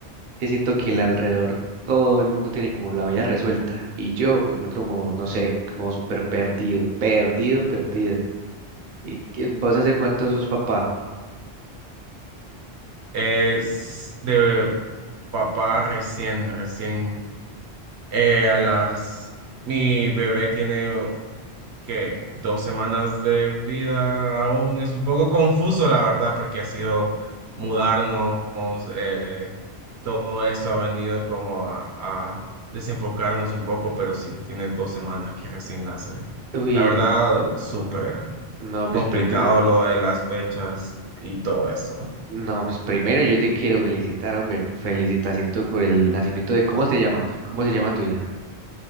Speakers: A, on the right; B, on the right.
A: que siento que el alrededor todo el mundo tiene como la vida resuelta y yo me encuentro como, no sé, como súper perdido, perdido, perdido. ¿Y qué- vos hace cuánto sos papá?
B: Es de papá recién, recién eh, a las... Mi bebé tiene que dos semanas de vida aún es un poco confuso, la verdad, porque ha sido mudarnos, eh, todo esto ha venido como a, a desenfocarnos un poco, pero sí, tiene dos semanas que recién nace.
A: Uy,
B: La verdad, súper
A: ajá. No, pues
B: complicado
A: primero,
B: lo de las fechas y todo eso.
A: no, pues primero yo te quiero felicitar, hombre. Felicitación tú por el nacimiento de, ¿cómo se llama? ¿Cómo se llama tu hija?